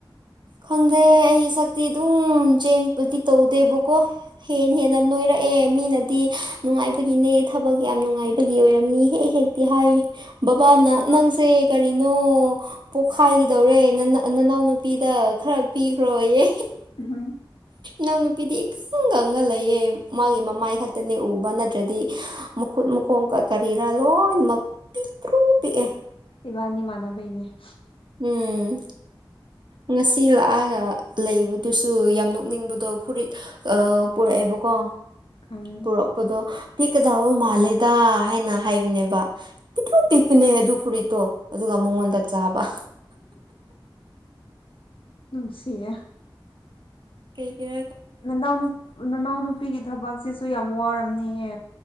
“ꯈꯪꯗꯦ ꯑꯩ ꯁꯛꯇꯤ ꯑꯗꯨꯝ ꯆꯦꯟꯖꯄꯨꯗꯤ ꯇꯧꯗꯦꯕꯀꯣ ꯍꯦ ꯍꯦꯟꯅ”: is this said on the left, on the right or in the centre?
Right